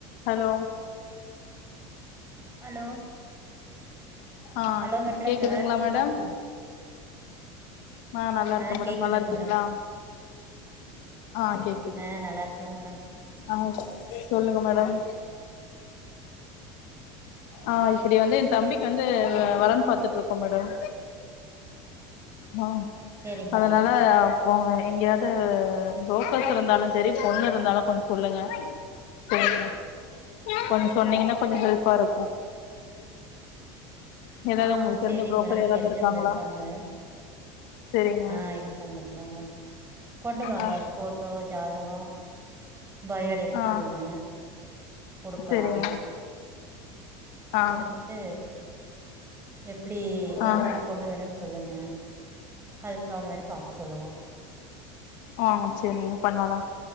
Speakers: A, on the left; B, on the right.
A: Hello
B: hello
A: அ
B: hello madam
A: கேக்குதுங்களா
B: நல்லா இருக்கீங்களா
A: மேடம் அ நல்லா இருக்கே
B: ஆ
A: மேடம்
B: கேக்குதுங்க
A: நல்லா இருக்கீங்களா ஆ கேக்கு
B: அ நல்லா இருக்கங்க மேடம்
A: ஆச் சொல்லுங்க மேடம் அ இப்டி வந்து என் தம்பி வந்து வரன் பாத்துட்டு
B: அப்
A: இருக்கோ மேடம் ம்
B: சேரிங் மேடம்
A: அதனால போங்க எங்கேயாது புரோக்கர்ஸ் இருந்தாலு செரி பொண்ணு இருந்தாலு கொஞ்சோ சொல்லுங்க
B: <inaudible>
A: சரிங்களா கொஞ்சோ சொன்னீங்கனா கொஞ்சோ ஹெல்பா இருக்கு ஏதாவது
B: ஆ
A: உங்களுக்கு
B: சேரிங்க
A: தெரிஞ்ச புரோக்கர்
B: மேடம்
A: யாராவது
B: தெரிஞ்சவங்க
A: இருக்காங்களா
B: இருக்காங்க
A: சரிங்க
B: ஆ இருக்காங்க இருக்காங்க கொண்டு வாங்க
A: ஆ
B: போட்டோ ஜாதகோ பயோடேட்டா
A: ஆ
B: கொடுங்க குடுக்கலா
A: சரிங்க ஆ
B: குடுத்துட்டு எப்டி எந்த
A: ஆ
B: மாரி பொண்ணு வேணுனு சொல்லுங்க அதுக்கு தகுந்த மாரி பாக்க சொல்லுவோ
A: ம் சேரிங்க பண்ணலா